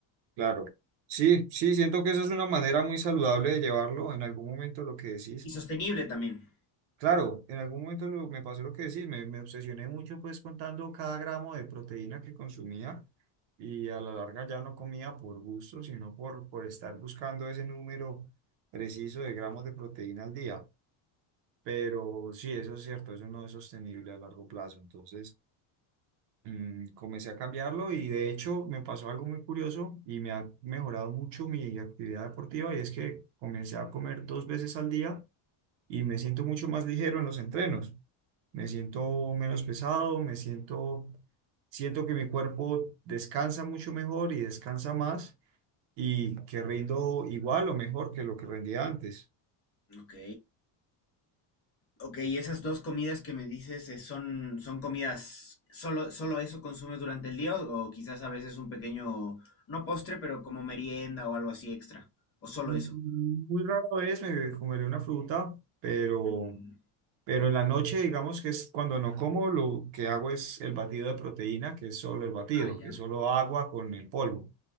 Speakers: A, on the right; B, on the left.
A: Claro. Sí, sí, siento que eso es una manera muy saludable de llevarlo en algún momento lo que decís.
B: Y sostenible también.
A: Claro, en algún momento lo- me pasó lo que decís, me, me obsesioné mucho pues contando cada gramo de proteína que consumía y a la larga ya no comía por gusto, sino por, por estar buscando ese número preciso de gramos de proteína al día. Pero sí, eso es cierto, eso no es sostenible a largo plazo. Entonces mm, comencé a cambiarlo y de hecho me pasó algo muy curioso y me ha mejorado mucho mi actividad deportiva y es que comencé a comer dos veces al día y me siento mucho más ligero en los entrenos. Me siento menos pesado, me siento, siento que mi cuerpo descansa mucho mejor y descansa más y que rindo igual o mejor que lo que rendía antes.
B: Ok. Ok, y esas dos comidas que me dices eh, son, son comidas, solo, solo eso consumes durante el día o, o quizás a veces un pequeño, no postre, pero como merienda o algo así extra, o solo
A: Mm,
B: eso.
A: Muy rara vez me comeré una fruta, pero,
B: Mm,
A: pero en la noche, digamos que es cuando no como, lo que hago es el batido de proteína, que es solo el batido,
B: Ah, ya,
A: que es solo agua con el polvo.